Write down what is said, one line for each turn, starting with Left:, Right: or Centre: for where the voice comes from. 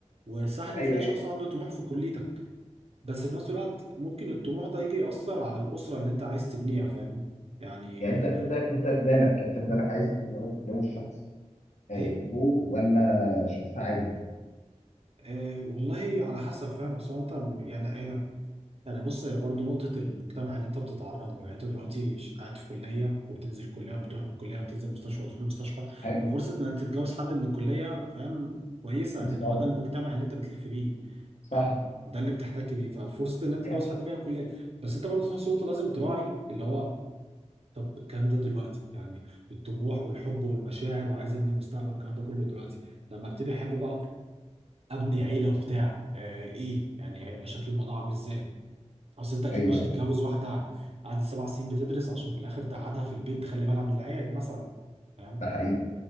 Right: وسهل
Left: ايوه
Right: تلاقي
Left: ايوه
Right: شخص عنده طموح في كليتك بس في نفس الوقت ممكن الطموح ده يجي يأثر على الأسرة اللي انت عايز تبنيها فاهم يعني
Left: يعني انت
Right: آه،
Left: انت انت في بالك انت في بالك عايز لو تتجوز شخص آه،
Right: ايه
Left: دكتور ولا شخص عادي
Right: أه والله على حسب فاهم اصل هو انت يعني هي يعني بص هي برضه نقطة المجتمع اللي انت بتتعرض له يعني انت دلوقتي ش- قاعد في كلية وبتنزل كلية وبتروح من الكلية وبتنزل مستشفى وتروح المستشفى
Left: حلو
Right: ففرصة انك تتجوز حد من الكلية فاهم كويسة
Left: بس
Right: لان
Left: قصدي.
Right: هو ده المجتمع اللي انت بتلف بيه
Left: صح
Right: فاهم ده اللي بتحتك بيه ففرصة انك تتجوز
Left: كده.
Right: حد فيها الكلية بس انت برضه في نفس الوقت لازم تراعي اللي هو طب الكلام ده دلوقتي يعني الطموح والحب والمشاعر وعايز ابني مستقبل والكلام ده كله دلوقتي لما ابتدي احب بقى ابني عيله وبتاع آه ايه يعني هيبقى شكل الموضوع عامل ازاي اصل انت اكيد
Left: ايوه
Right: مش
Left: ايوه
Right: هتتجوز واحده قعدت سبع سنين بتدرس عشان في الاخر تقعدها في البيت تخلي بالها من العيال مثلا فاهم
Left: ده حقيقي